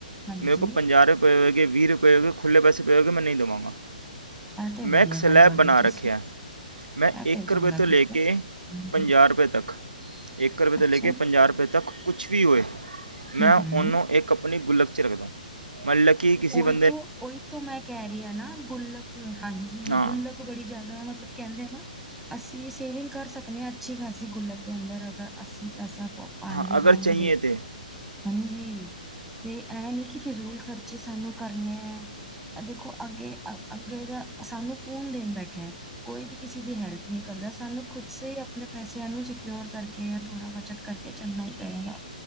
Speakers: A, in the centre; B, on the right (about 80°).
A: ਹਾਂਜੀ,
B: ਮੇਰੇ ਕੋਲ ਪੰਜਾਹ ਰੁਪਏ ਪਏ ਹੋਏਗੇ ਵੀਹ ਰੁਪਏ ਖੁੱਲੇੈੇ ਪਏ ਹੋਗੇ ਮੈਂ ਨਹੀਂ ਦੇਵਾਂਗਾ।
A: ਇਹ ਤੇ
B: ਮੈਂ
A: ਵਧੀਆ
B: ਇੱਕ ਸਲੈਬ
A: ਗੱਲ ਕਰਦੇ
B: ਬਣਾ
A: ਹੋ ਤੁਸੀਂ।
B: ਰੱਖਿਆ ।ਮੈਂ
A: ਇਹ ਤੇ
B: ਇੱਕ
A: ਚੰਗਾ
B: ਰੁਪਏ ਤੋਂ
A: ਕੀਤਾ।
B: ਲੈ ਕੇ
A: ਹੂੰ,
B: ਪੰਜਾਹ ਰੁਪਏ ਤੱਕ, ਇੱਕ ਰੁਪਏ ਤੋਂ
A: ਅੱਛਾ
B: ਲੈ ਕੇ
A: ਜੀ,
B: ਪੰਜਾਹ ਰੁਪਏ ਤੱਕ ਕੁਛ ਵੀ ਹੋਏ
A: ਹੂੰ-ਹੂੰ
B: ਮੈਂ ਉਹਨੂੰ ਇੱਕ ਪਣੀ ਗੁੱਲਕ ਚ ਰੱਖਦਾਂ। ਮੱਲ ਕੀ ਕਿਸੀ
A: ਉਹੀ
B: ਵ
A: ਤੋਂ ਓਈ ਮੈਂ ਕਹਿ ਰਹੀ ਹਾਂ ਨਾ ਗੁੱਲਕ, ਹਾਂਜੀ।
B: ਹਾਂ
A: ਗੁੱਲਕ ਬੜੀ ਜਿਆਦਾ ਮਤਲਬ ਕਹਿੰਦੇ ਨਾ ਅਸੀਂ ਸੇਵਿੰਗ ਕਰ ਸਕਨੇ ਆਂ ਅੱਛੀ ਖਾਸੀ ਗੁੱਲਕ ਦੇ ਅੰਦਰ, ਅਗਰ ਅਸੀਂ ਪੈਸਾ ਪ-ਪਾਂਦੇ
B: ਹਾਂ ਅਗਰ
A: ਜਾਏਂਗੇ
B: ਚਾਹੀਏ
A: ਡੇਲੀ।
B: ਤਾਂ
A: ਹਾਂ ਜੀ ਤੇ ਏਹ ਨੀ ਕੀ ਫਜ਼ੂਲ ਖਰ ਜੇ ਸਾਨੂੰ ਕਰਨੇ ਐ। ਅ ਦੇਖੋ ਅੱਗੇ ਅ-ਅੱਗੇ ਦਾ ਸਾਨੂੰ ਕੋਣ ਦੇਣ ਬੈਠਾ ਐ। ਕੋਈ ਵੀ ਕਿਸੀ ਦੀ ਹੈਲਪ ਨਹੀਂ ਕਰਦਾ। ਸਾਨੂੰ ਖੁਦ ਸੇ ਈ ਆਪਣੇ ਪੈਸਿਆਂ ਨੂੰ ਸਿਕਿਓਰ ਕਰਕੇ ਜਾਂ ਥੋੜ੍ਹਾ ਬੱਚਤ ਕਰਕੇ ਚੱਲਣਾ ਈ ਪਏਗਾ।